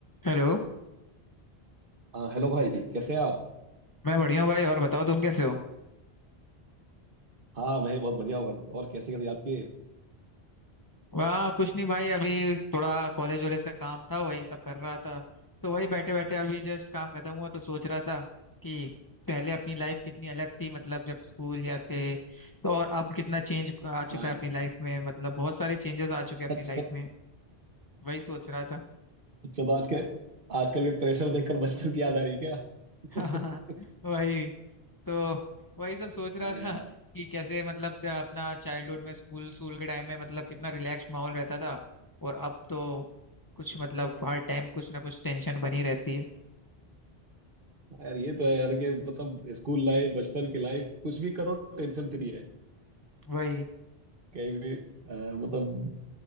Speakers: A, on the left; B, on the right.
A: Hello
B: हाँ हेलो भाई कैसे हैं आप
A: मैं बढ़िया हूँ भाई और बताओ तुम कैसे हो
B: हाँ मैं भी बहुत बढ़िया हूँ भाई और कैसे कैसे याद किए
A: वाह कुछ नहीं भाई अभी थोड़ा कॉलेज वॉलेज का काम था वही सब कर रहा था तो वही बैठे बैठे अभी जस्ट काम खत्म हुआ तो सोच रहा था कि पहले अपनी लाइफ कितनी अलग थी मतलब जब स्कूल जाते तो और अब कितना चेंज आ चुका
B: हाँ
A: है
B: यार
A: अपनी लाइफ में मतलब बहुत सारे चेंजेस आ चुके हैं अपनी
B: अच्छा
A: लाइफ में वही सोच रहा था
B: चलो आज के आजकल के प्रेशर देखकर बचपन की याद आ रही है क्या
A: <laughs> हाँ
B: <laughs>
A: वही तो वही सब सोच रहा
B: हाँ
A: था
B: यार
A: कि कैसे मतलब ज- अपना चाइल्डहुड में स्कूल स्कूल के टाइम में मतलब कितना रिलैक्स माहौल रहता था और अब तो कुछ मतलब हर टाइम कुछ ना कुछ टेंशन बनी रहती है
B: हाँ यार ये तो है यार कि मतलब स्कूल लाइफ बचपन की लाइफ कुछ भी करो टेंशन फ्री है <laughs>
A: वही
B: कहीं भी अ, मतलब